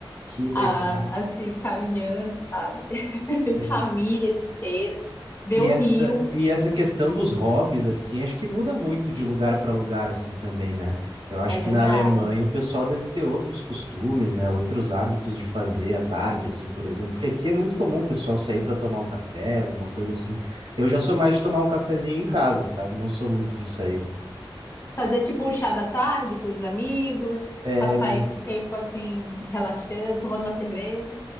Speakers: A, on the right (about 85°); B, on the left (about 25°).
A: que legal.
B: ah, assim caminhando, sabe? <laughs>
A: Sim.
B: Famílias inteiras. Ver
A: E
B: o
A: essa,
B: rio.
A: e essa questão dos hobbies, assim, acho que muda muito de lugar para lugar, assim, também, né? Eu acho
B: É
A: que
B: verdade.
A: na Alemanha o pessoal deve ter outros costumes, né? Outros hábitos de fazer à tarde, assim, por exemplo, porque aqui é muito comum o pessoal sair para tomar um café, alguma coisa assim. Eu já sou mais de tomar um cafezinho em casa, sabe? Não sou muito de sair.
B: Fazer tipo um chá da tarde com os amigos,
A: É,
B: passar esse tempo assim, relaxando, tomando uma cerveja.